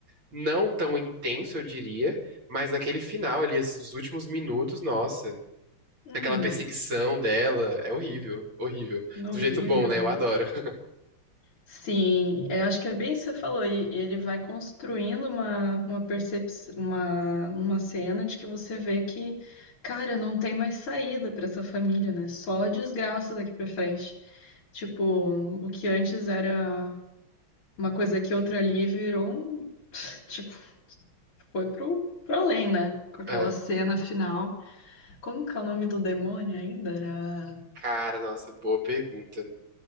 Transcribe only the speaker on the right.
não tão intenso, eu diria, mas naquele final ali, esses últimos minutos, nossa,
aquela perseguição dela é horrível, horrível.
Do jeito bom, né?
Eu adoro. <laughs>
Ah,
cara, nossa, boa pergunta.